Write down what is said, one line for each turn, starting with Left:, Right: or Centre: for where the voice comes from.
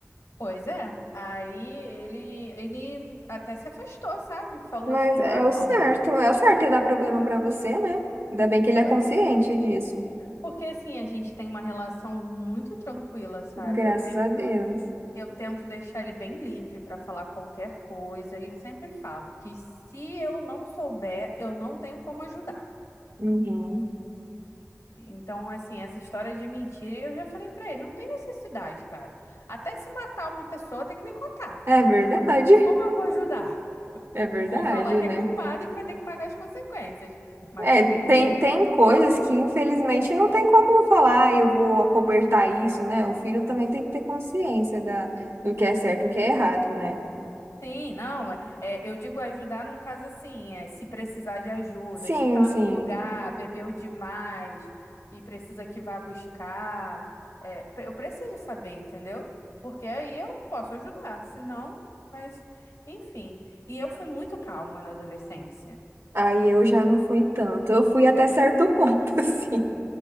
Left: Pois é. Aí ele, ele até se afastou, sabe? Falou
Right: Mas
Left: assim,
Right: é
Left: ah,
Right: o certo,
Left: não, mano.
Right: é o certo e dá problema pra você, né? Ainda bem que ele é
Left: Oi?
Right: consciente disso.
Left: Porque assim, a gente tem uma relação muito tranquila, sabe?
Right: Graças
Left: Eu tento.
Right: a Deus.
Left: Eu tento deixar ele bem livre para falar qualquer coisa, e eu sempre falo que se eu não souber, eu não tenho como ajudar.
Right: Uhum.
Left: Então, assim, essa história de mentira, eu já falei para ele, não tem necessidade, cara. Até se matar uma pessoa, tem que me contar.
Right: É verdade,
Left: Como eu vou ajudar?
Right: é verdade,
Left: Vou falar que
Right: né?
Left: é culpado e que vai ter que pagar as consequências. Mas
Right: É, tem, tem coisas que infelizmente não tem como falar, "Ah, eu vou acobertar isso, né? O filho também tem que ter consciência da, do que é certo e o que é errado, né?
Left: Sim, não, é, é, eu digo ajudar num caso assim, é se precisar de ajuda,
Right: Sim,
Left: se tá
Right: sim.
Left: num lugar, bebeu demais e precisa que vá buscar, é, pre- eu preciso saber, entendeu? Porque aí eu posso ajudar, se não, mas enfim. E eu fui muito calma na adolescência.
Right: Aí eu já não fui tanto. Eu fui até certo ponto, <laughs> assim.